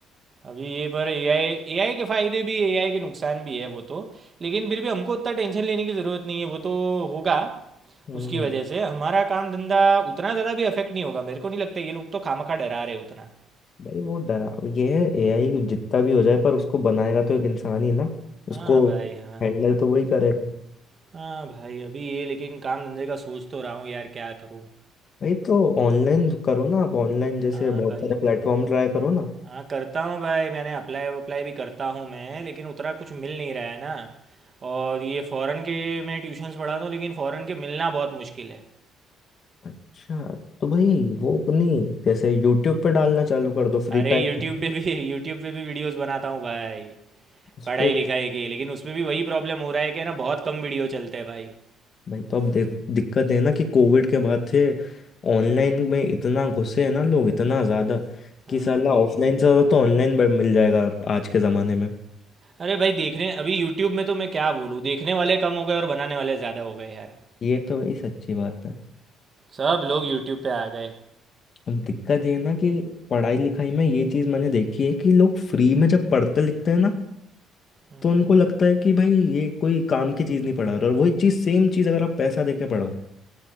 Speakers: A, on the right; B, on the left.
A: अभी ये पर एआई एआई के फायदे भी एआई के नुकसान भी है वो तो लेकिन फिर भी हमको उतना टेंशन लेने की ज़रूरत नहीं है वो तो होगा
B: हम्म
A: उसकी वजह से हमारा काम धंधा उतना ज़्यादा भी अफेक्ट नहीं होगा मेरे को नहीं लगता ये लोग तो खामखा डरा रहे उतना
B: भाई वो डरा ये है एआई जितना भी हो जाए पर उसको बनाएगा तो एक इंसान ही ना उसको
A: हाँ भाई हाँ
B: हैंडल तो वही करेगा
A: हाँ भाई अभी ये लेकिन काम धंधे का सोच तो रहा हूँ यार क्या करूँ
B: भाई तो ऑनलाइन करो ना आप ऑनलाइन जैसे
A: हाँ
B: बहुत
A: भाई
B: सारे प्लेटफॉर्म ट्राई करो ना
A: हाँ करता हूँ भाई मैंने अप्लाई अप्लाई भी करता हूँ मैं लेकिन उतना कुछ मिल नहीं रहा है ना और ये फॉरेन के मैं ट्यूशन्स पढ़ाता हूँ लेकिन फॉरेन के मिलना बहुत मुश्किल है
B: अच्छा तो भाई वो अपनी जैसे यूट्यूब पे डालना चालू कर दो फ्री
A: अरे
B: टाइम
A: यूट्यूब
B: में
A: पे भी <laughs> यूट्यूब पे भी वीडियोस बनाता हूँ भाई
B: उस
A: पढ़ाई
B: पे
A: लिखाई की लेकिन उसमें भी वही प्रॉब्लम हो रहा है कि ना बहुत कम वीडियो चलते हैं भाई
B: भाई तो अब देख दिक्कत है ना कि कोविड के बाद से ऑनलाइन में इतना घुसे हैं ना लोग इतना ज़्यादा
A: हाँ
B: कि साला
A: भाई
B: ऑफलाइन से ज़्यादा तो ऑनलाइन मिल जाएगा आज के ज़माने में
A: अरे भाई देखने अभी यूट्यूब में तो मैं क्या बोलूँ देखने वाले कम हो गए और बनाने वाले ज़्यादा हो गए यार
B: ये तो भाई सच्ची बात है
A: सब लोग यूट्यूब पे आ गए
B: अब दिक्कत ये है ना कि पढ़ाई लिखाई में ये चीज मैंने देखी है कि लोग फ्री में जब पढ़ते लिखते हैं ना
A: हम्म,
B: तो उनको लगता है कि भाई ये कोई काम की चीज नहीं पढ़ा रहा और वही चीज सेम चीज अगर आप पैसा देके पढ़ाओ